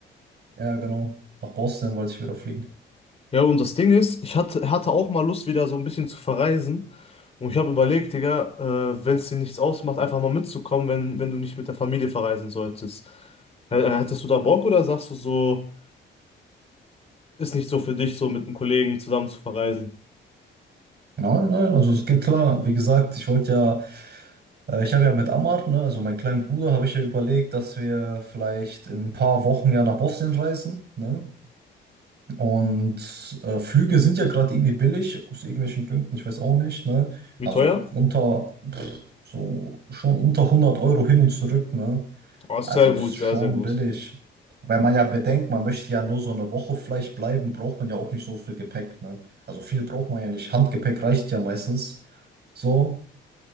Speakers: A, on the right; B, on the left.
A: Ja, genau. Nach Boston wollte ich wieder fliegen.
B: Ja, und das Ding ist, ich hatte, hatte auch mal Lust, wieder so ein bisschen zu verreisen. Und ich habe überlegt, Digga, äh, wenn es dir nichts ausmacht, einfach mal mitzukommen, wenn, wenn du nicht mit der Familie verreisen solltest. H- Hättest du da Bock oder sagst du so, ist nicht so für dich, so mit einem Kollegen zusammen zu verreisen?
A: Nein, nein, also es geht klar. Wie gesagt, ich wollte ja, äh, ich habe ja mit Ammar, ne, also meinem kleinen Bruder, habe ich ja überlegt, dass wir vielleicht in ein paar Wochen ja nach Boston reisen, ne? Und äh, Flüge sind ja gerade irgendwie billig, aus irgendwelchen Gründen, ich weiß auch nicht, ne?
B: Wie
A: Also
B: teuer?
A: unter, pff, so schon unter 100 Euro hin und zurück, ne?
B: Oh, ist
A: Also
B: sehr gut,
A: ist schon
B: sehr, sehr gut.
A: billig. Weil man ja bedenkt, man möchte ja nur so eine Woche vielleicht bleiben, braucht man ja auch nicht so viel Gepäck, ne? Also viel braucht man ja nicht. Handgepäck reicht ja meistens so.